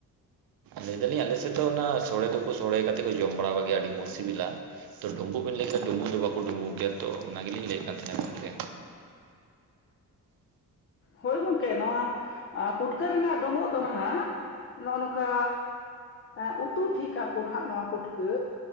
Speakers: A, on the right (about 80°); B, on the left (about 35°).
A: ᱞᱟᱹᱭ ᱫᱟᱞᱤᱧ ᱟᱞᱮ ᱥᱮ ᱫᱚ ᱚᱱᱟ ᱥᱚᱲᱮ ᱫᱚᱠᱚ ᱥᱚᱲᱮ ᱠᱟᱛᱮ ᱠᱚ ᱡᱚᱢ ᱵᱟᱲᱟ ᱠᱟ ᱜᱮᱭᱟ ᱟᱹᱰᱤ ᱢᱚᱸᱥ ᱥᱤᱵᱤᱞᱟ᱾ ᱛᱚ ᱰᱩᱸᱵᱩᱜ ᱵᱮᱱ ᱞᱟᱹᱭ ᱠᱮ ᱰᱩᱵᱩᱜ ᱫᱚ ᱵᱟᱠᱚ ᱰᱩᱵᱩᱜ ᱜᱮᱭᱟ ᱛᱚ ᱚᱱᱟ ᱜᱮᱞᱤᱧ ᱞᱟᱹᱭᱮᱜ ᱠᱟᱱ ᱛᱟᱦᱮᱜ ᱜᱚᱢᱠᱮ᱾
B: ᱦᱳᱭ ᱜᱚᱝᱠᱮ ᱱᱚᱣᱟ ᱟ ᱯᱩᱴᱠᱟᱹ ᱨᱮᱱᱟᱜ ᱰᱳᱵᱳᱜ ᱫᱚ ᱱᱟᱦᱟᱜ ᱱᱚᱜᱼᱚ ᱱᱚᱠᱟ ᱮᱸ ᱩᱛᱩ ᱴᱷᱤᱠ ᱟᱠᱚ ᱱᱟᱜ ᱱᱚᱣᱟ ᱯᱩᱴᱠᱟᱹ